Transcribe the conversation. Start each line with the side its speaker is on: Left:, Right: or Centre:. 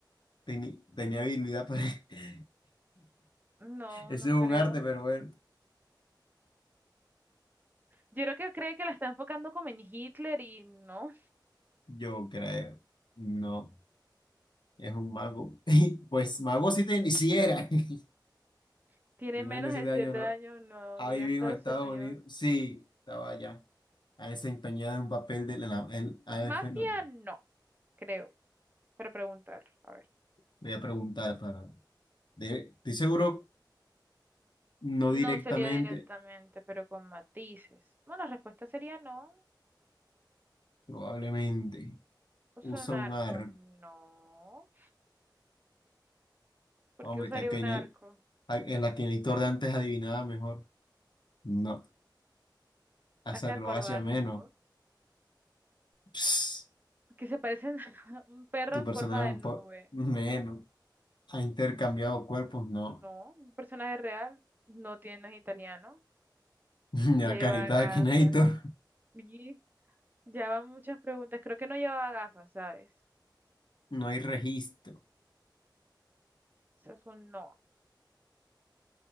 Left: Teni- tenía habilidad para... <laughs>
Right: No,
Left: Eso
Right: no
Left: es
Right: creo.
Left: un arte, pero bueno,
Right: Yo creo que cree que la está enfocando como en Hitler y no.
Left: yo creo. No, es un mago. <laughs> Pues mago sí, te, sí era. <laughs>
Right: <laughs> Tiene
Left: De
Right: menos
Left: menos de
Right: de
Left: siete
Right: siete
Left: años, ¿no?
Right: años, no.
Left: Ha
Right: Vive
Left: vivido
Right: en Estados
Left: en Estados
Right: Unidos.
Left: Unidos. Sí, estaba allá. Ha desempeñado un papel de la... el- a ver,
Right: Mafia,
Left: fue- no,
Right: no. Creo. Pero preguntar. A ver.
Left: voy a preguntar para... de- estoy seguro, no
Right: No
Left: directamente,
Right: sería directamente, pero con matices. Bueno, la respuesta sería no.
Left: probablemente.
Right: Uso
Left: Usa
Right: un arco,
Left: un arco
Right: no. ¿Por
Left: Hombre,
Right: qué usaría
Left: está que
Right: un arco?
Left: no hay. A- El Akinator de antes adivinaba mejor. No. Haz
Right: Hace
Left: acrobacia
Right: acrobacia,
Left: menos.
Right: ¿no?
Left: Ps,
Right: que se parecen <laughs> un perro
Left: tu
Right: en
Left: personaje
Right: forma de
Left: un
Right: nube.
Left: poco menos. Ha intercambiado cuerpos, no.
Right: No, un personaje real no tiene, no es italiano.
Left: <laughs>
Right: Lleva
Left: La carita
Right: gafas.
Left: de Akinator.
Right: Y ya van muchas preguntas. Creo que no llevaba gafas, ¿sabes?
Left: No hay registro.
Right: Eso es un no.